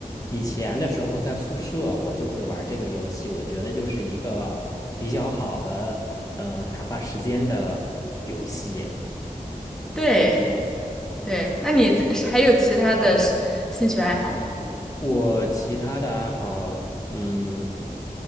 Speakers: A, on the left (about 25°); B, in the centre.
A: 以前的时候在宿舍我就会玩这个游戏，我觉得就是一个比较好的嗯、呃打发时间的游戏。
B: 对对，那你这还有其他的是兴趣爱好吗？
A: 我其他的爱好，嗯，